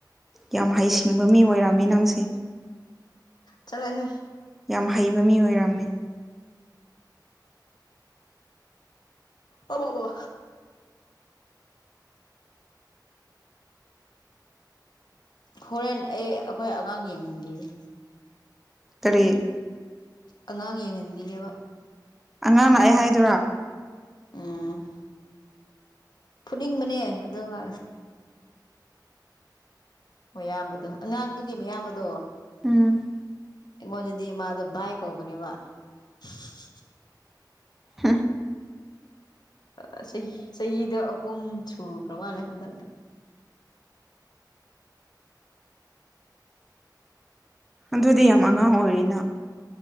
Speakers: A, in the centre; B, on the left.
A: ꯌꯥꯝ ꯍꯩꯁꯤꯡꯕ ꯃꯤ ꯑꯣꯏꯔꯝꯃꯤ ꯅꯪꯁꯦ
B: ꯆꯂꯁꯦ
A: ꯌꯥꯝ ꯍꯩꯕ ꯃꯤ ꯑꯣꯏꯔꯝꯃꯦ
B: ꯑꯣꯕꯥꯕꯥ ꯍꯣꯔꯦꯟ ꯑꯩ ꯑꯩꯈꯣꯏ ꯑꯉꯥꯡ ꯌꯦꯡꯍꯟꯕꯤꯒꯦ
A: ꯇꯔꯤ
B: ꯑꯉꯥꯡ ꯌꯦꯡꯍꯟꯕꯤꯒꯦꯕ
A: ꯑꯉꯥꯡ ꯂꯥꯛꯑꯦ ꯍꯥꯏꯗꯣꯏꯔꯣ
B: ꯎꯝ ꯐꯨꯅꯤꯡꯕꯅꯦ ꯑꯗꯨꯒ ꯃꯌꯥꯝꯕꯗꯣ ꯑꯉꯥꯡꯗꯨꯒꯤ ꯃꯌꯥꯝꯕꯗꯣ
A: ꯎꯝ
B: ꯑꯩꯉꯣꯟꯗꯗꯤ ꯃꯥꯗꯣ ꯕꯥꯏ ꯀꯧꯕꯅꯦꯕ <unintelligible>
A: ꯍꯝ
B: ꯑ ꯆꯍꯤ ꯆꯍꯤꯗꯣ ꯑꯍꯨꯝ ꯁꯨꯈ꯭ꯔ ꯃꯥꯜꯂꯦ ꯍꯟꯗꯛꯅ
A: ꯑꯗꯨꯗꯤ ꯌꯥꯝ ꯑꯉꯥꯡ ꯑꯣꯏꯔꯤꯅ